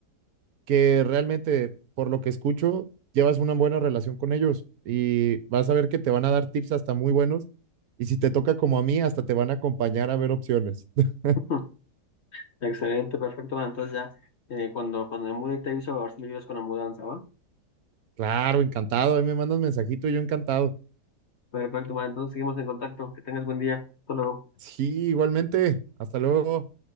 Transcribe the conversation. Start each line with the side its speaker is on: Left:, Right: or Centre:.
Right: que realmente, por lo que escucho, llevas una buena relación con ellos y vas a ver que te van a dar tips hasta muy buenos. Y si te toca como a mí, hasta te van a acompañar a ver opciones. <laughs>
Left: Ujú. Excelente, perfecto. Bueno, entonces ya eh, cuando, cuando me mude te aviso a ver si me ayudas con la mudanza, ¿va?
Right: Claro, encantado. Ahí me mandas mensajito, yo encantado.
Left: Perfecto, bueno, entonces seguimos en contacto. Que tengas buen día. Hasta luego.
Right: Sí, igualmente. Hasta luego.